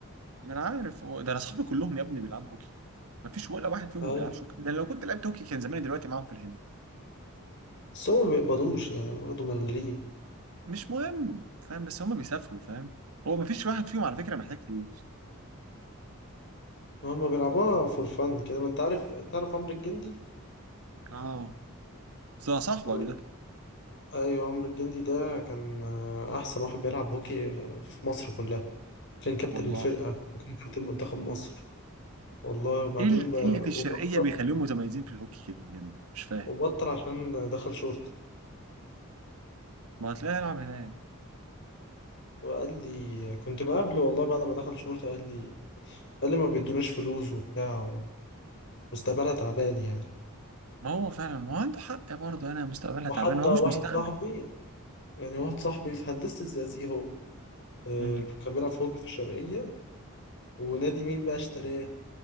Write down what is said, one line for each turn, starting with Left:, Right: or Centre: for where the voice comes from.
Right: ما انا عارف هو ده انا اصحابي كلهم يا ابني بيلعبوا هوكي ما فيش ولا واحد فيهم
Left: أيوة.
Right: ما بيلعبش هوكي لان لو كنت لعبت هوكي كان زماني دلوقتي معاهم في الهند
Left: بس هم ما بيقبضوش يعني برضه ملاليم
Right: مش مهم فاهم بس هم بيسافروا فاهم هو ما فيش واحد فيهم على فكره محتاج فلوس
Left: هم بيلعبوها فور فن كده ما انت عارف تعرف عمرو الجندي
Right: اه ده صاحبك
Left: عمرو
Right: ده
Left: ايوه عمرو الجندي ده كان آه، احسن واحد بيلعب هوكي في مصر كلها كان كابتن
Right: والله
Left: الفرقة وكان كابتن منتخب مصر والله وبعدين
Right: ايه ال-
Left: ب...
Right: إيه اللي في الشرقيه
Left: وبطل
Right: بيخليهم متميزين في الهوكي كده بجد مش فاهم
Left: وبطل عشان دخل شورت
Right: ما هتلاقيه يلعب هناك
Left: وقال لي كنت مقابله والله بعد ما دخل شورت قال لي قال لي ما بيدوناش فلوس وبتاع ومستقبلها تعبان يعني
Right: ما هو فعلا ما هو عنده حق برضه انا مستقبلها
Left: وحتى
Right: تعبان هو
Left: واحد
Right: مش مستقبل
Left: صاحبي يعني واحد صاحبي في هندسة الزقازيق هو آه،
Right: مم.
Left: كان بيلعب في هوكي في الشرقية ونادي مين بقى اشتراه